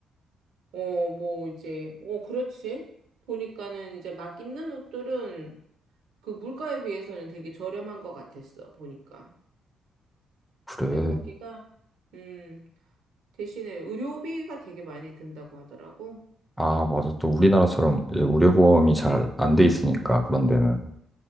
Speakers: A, on the right (about 80°); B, in the centre.
A: 어, 뭐, 이제, 어, 그렇지. 보니까는 이제 막 입는 옷들은 그 물가에 비해서는 되게 저렴한 것 같았어, 보니까.
B: 그래.
A: 근데 거기가, 음, 대신에 의료비가 되게 많이 든다고 하더라고.
B: 아 맞아 또 우리나라처럼 이제 의료보험이 잘 안 돼 있으니까 그런 데는.